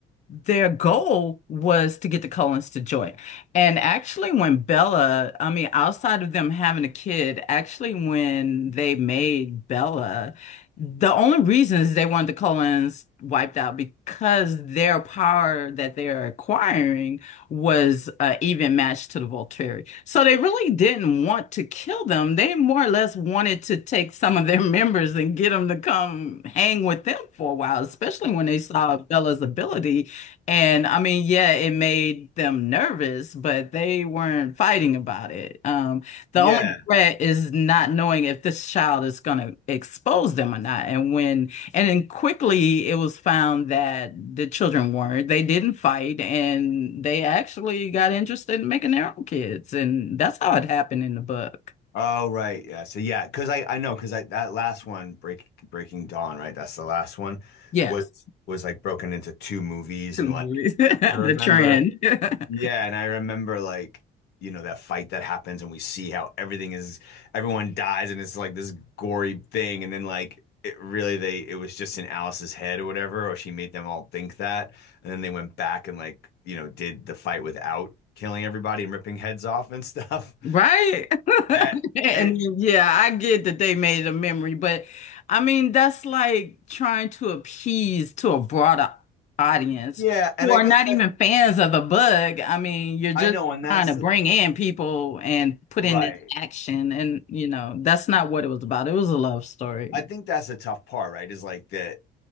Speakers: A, on the left; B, on the left.
A: their goal was to get the Cullens to join. And actually when Bella, I mean, outside of them having a kid, actually when they made Bella, the only reason is they wanted the Cullens wiped out because their power that they're acquiring was uh, even matched to the Volturi. So they really didn't want to kill them. They more or less wanted to take some of their <laughs> members and get them to come hang with them for a while, especially when they saw Bella's ability. And I mean, yeah, it made them nervous, but they weren't fighting about it. Um, the
B: <laughs>
A: only
B: yeah
A: threat is not knowing if this child is going to expose them or not. And when and then quickly it was found that the children weren't. They didn't fight and they actually got interested in making their own kids. And that's how it happened in the book.
B: Oh, right. Yeah. So yeah, because I I know because I that last one, Break Breaking Dawn, right? That's the last one,
A: Yes.
B: was was like broken into two movies
A: Two
B: and
A: movies.
B: like
A: <laughs> The
B: I remember
A: trend. <laughs>
B: yeah, and I remember like you know that fight that happens and we see how everything is everyone dies and it's like this gory thing and then like it really they it was just in Alice's head or whatever or she made them all think that and then they went back and like you know did the fight without killing everybody and ripping heads off and stuff. <laughs>
A: Right? <laughs>
B: And,
A: And
B: and
A: yeah, I get that they made a memory, but I mean, that's like trying to appease to a broader audience
B: Yeah, and
A: who
B: I
A: are
B: guess
A: not
B: that's
A: even fans of the bug. I mean, you're just
B: I know, and that's
A: trying to bring
B: the-
A: in people and put
B: right.
A: in this action, and you know, that's not what it was about. It was a love story.
B: I think that's the tough part, right? Is like that